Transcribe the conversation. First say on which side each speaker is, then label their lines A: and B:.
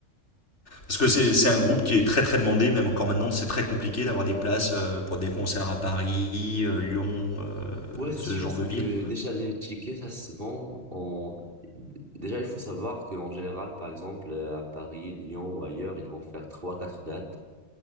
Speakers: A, on the left; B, on the right.
A: parce que c'est c'est un groupe qui est très très demandé même encore maintenant c'est très compliqué d'avoir des places euh, pour des concerts à Paris euh, Lyon euh,
B: Ouais, c'est
A: ce
B: sûr,
A: genre
B: c'est
A: de ville
B: que déjà les tickets, ça se vend en... Déjà, il faut savoir qu'en général, par exemple, euh, à Paris, Lyon ou ailleurs, ils vont faire trois, quatre dates,